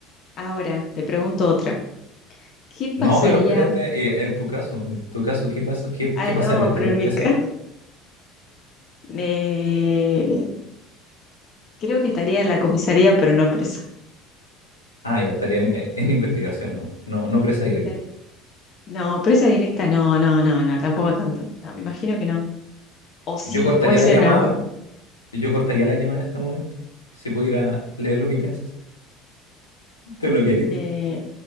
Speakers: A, on the left; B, on the left.
A: ahora te pregunto otra. ¿Qué pasaría?
B: No, pero espérate, eh, en tu caso, en tu caso, ¿qué pasa? ¿Qué,
A: Ah,
B: qué pasaría?
A: no,
B: ¿Estarías
A: pero en
B: presa
A: mi caso,
B: igual?
A: eh, creo que estaría en la comisaría, pero no presa.
B: Ah, ya estaría en, eh, en investigación nomás, no, no presa directa.
A: Estar- No, presa directa, no, no, no, no, tampoco tanto. No, me imagino que no. O sí,
B: Yo cortaría
A: puede ser
B: la llamada,
A: en algún,
B: yo cortaría la llamada en este momento. Si pudiera leer lo que piensas, te bloquearía.
A: Eh,